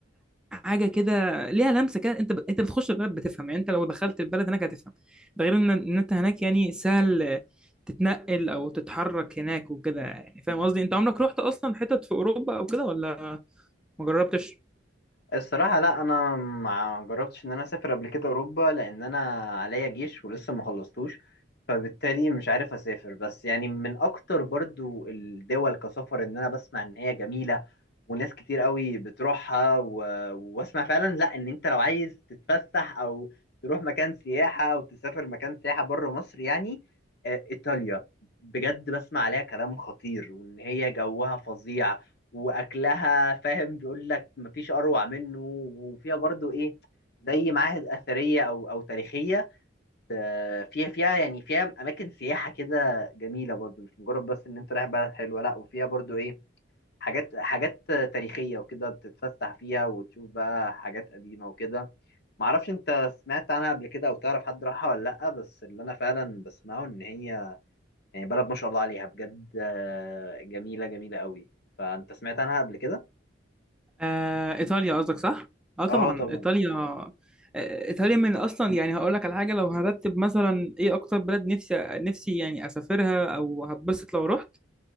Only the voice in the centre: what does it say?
حاجه كده ليها لمسه كده انت انت بتخش البلد بتفهم يعني انت لو دخلت البلد هناك هتفهم ده غير ان ان انت هناك يعني سهل تتنقل او تتحرك هناك وكده يعني فاهم قصدي انت عمرك رحت اصلا حتت في اوروبا او كده ولا ما جربتش
آه، ايطاليا قصدك صح؟ اه
طبعا
ايطاليا آه، ايطاليا من اصلا يعني هقول لك على حاجه لو هرتب مثلا ايه اكتر بلد نفسي نفسي يعني اسافرها او هتبسط لو رحت